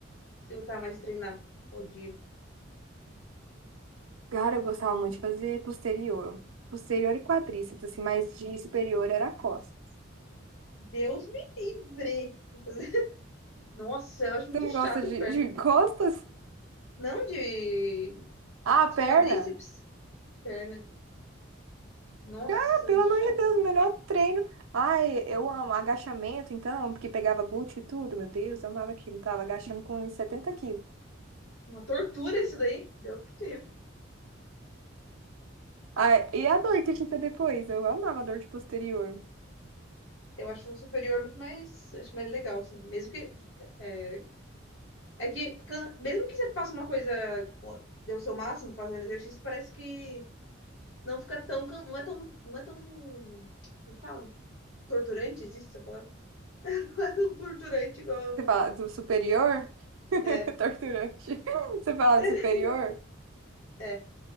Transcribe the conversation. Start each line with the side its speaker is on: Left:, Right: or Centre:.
Left: você gostava mais de treinar? Qual dia?
Right: Cara, eu gostava muito de fazer posterior. Posterior e quadríceps, assim, mas de superior era costas.
Left: Deus me livre! <laughs> Nossa, eu acho muito
Right: tu não
Left: chato
Right: gosta de,
Left: perna.
Right: de costas?
Left: Não de,
Right: Ah,
Left: de
Right: perna?
Left: quadríceps, perna. Nossa,
Right: Ah,
Left: é
Right: pelo
Left: muito
Right: amor
Left: chato.
Right: de Deus, o melhor treino. Ai, eu amo agachamento, então, porque pegava glúteo e tudo, meu Deus, eu amava aquilo. Tava agachando com uns 70 quilos.
Left: Uma tortura isso daí. Deus me livre.
Right: Ai, e a dor que fica depois? Eu amava a dor de posterior.
Left: Eu acho o superior muito mais, acho mais legal, assim. Mesmo que é, É que can- mesmo que você faça uma coisa, ó, dê o seu máximo fazendo exercício, parece que não fica tão, can- não é tão, não é tão, como fala? Torturante, existe essa palavra? <laughs> Não é tão torturante igual,
Right: Você fala
Left: um,
Right: do superior? <laughs>
Left: é,
Right: Torturante. Você fala
Left: <laughs>
Right: do superior?
Left: é,